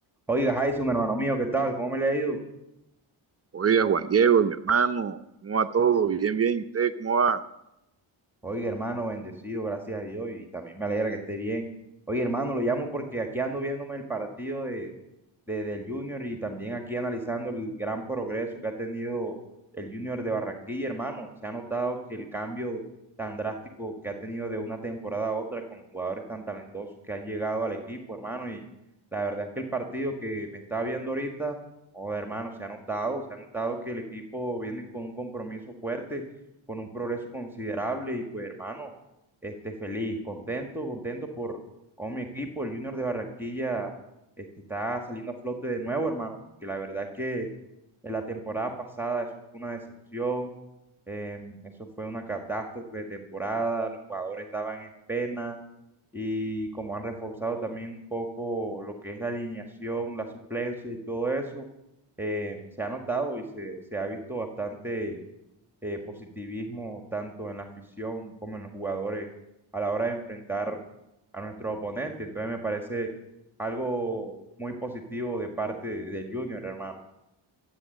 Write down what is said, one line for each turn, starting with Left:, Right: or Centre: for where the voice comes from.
Centre: Oiga, Jason, hermano mío, ¿qué tal? ¿Cómo me le ha ido?
Right: Oiga, Juan Diego, mi hermano, ¿cómo va todo? Bien, bien, ¿y ¿usted cómo va?
Centre: Oiga, hermano, bendecido, gracias a Dios, y también me alegra que esté bien. Oye, hermano, lo llamo porque aquí ando viéndome el partido de, de- del Junior y también aquí analizando el gran progreso que ha tenido el Junior de Barranquilla, hermano. Se ha notado que el cambio tan drástico que ha tenido de una temporada a otra con jugadores tan talentosos que han llegado al equipo, hermano. Y la verdad es que el partido que me está viendo ahorita, joder, hermano, se ha notado, se ha notado que el equipo viene con un compromiso fuerte, con un progreso considerable y pues, hermano, este, feliz, contento, contento por... Con mi equipo, el Junior de Barranquilla este, está saliendo a flote de nuevo, hermano, porque la verdad es que en la temporada pasada eso fue una decepción, eh, eso fue una catástrofe de temporada, los jugadores daban es pena y como han reforzado también un poco lo que es la alineación, la suplencia y todo eso, eh, se ha notado y se, se ha visto bastante eh, positivismo tanto en la afición como en los jugadores a la hora de enfrentar a nuestros oponentes. Entonces me parece algo muy positivo de parte del Junior, hermano.